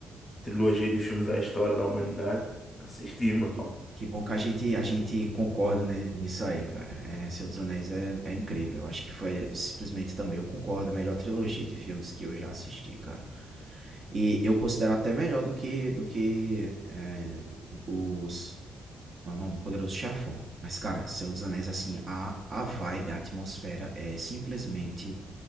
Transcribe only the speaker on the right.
Que, que bom que a gente, a gente concorda ne- nisso aí, cara. É, Senhor dos Anéis é, é incrível. Eu acho que foi simplesmente também, eu concordo, a melhor trilogia de filmes que eu já assisti, cara. E eu considero até melhor do que, do que é, os, como é o nome? Poderoso Chefão. Mas, cara, Senhor dos Anéis, assim, a, a vibe, a atmosfera é simplesmente,